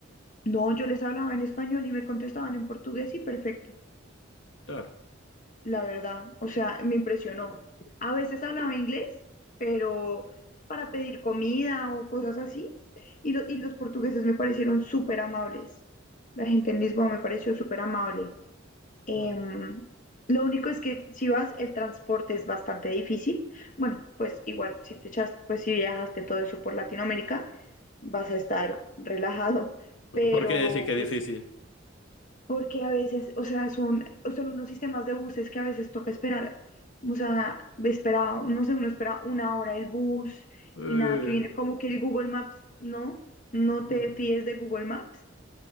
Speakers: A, on the left; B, on the left.
A: No, yo les hablaba en español y me contestaban en portugués y perfecto.
B: Claro.
A: la verdad. O sea, me impresionó. A veces hablaba inglés, pero para pedir comida o cosas así. Y, lo- y los portugueses me parecieron súper amables. La gente en Lisboa me pareció súper amable. Em,
B: Mm.
A: lo único es que si vas, el transporte es bastante difícil. Bueno, pues igual si te echaste, pues si viajaste todo eso por Latinoamérica, vas a estar relajado. Pero
B: ¿Por qué decís que es
A: pues
B: difícil?
A: porque a veces, o sea, son, son unos sistemas de buses que a veces toca esperar, o sea, espera, no sé, uno espera una hora el bus
B: Eh,
A: y nada que viene, como que el Google Maps, no, no
B: mm,
A: te fíes de Google Maps